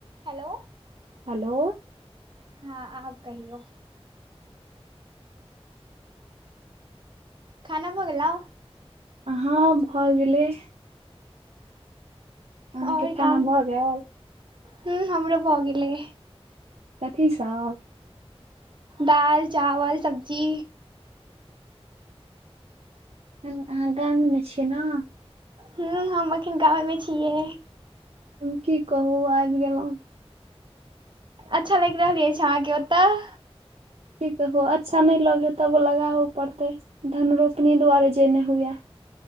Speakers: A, on the right; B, on the right.
A: हेलो।
B: हेलो।
A: हँ आब कहियौ। खाना भऽ गेलौ।
B: हँ भऽ गेलै। अहाँके
A: आओर
B: खाना
A: काम
B: भऽ गेल
A: ह्म हमरो भऽ गेलै।
B: कथी सब?
A: दाल चावल सब्जी।
B: अहाँ गामे मे छियै ने।
A: हूँ हम अखन गावेमे छियै।
B: हम की कहू आबि गेलहुँ।
A: अच्छा लगि रहल अछि अहाँके ओतय।
B: की कहबो अच्छा नै लगे तबो लगाबा पड़तै धन रोपनी दुआरे जे नहि हुए।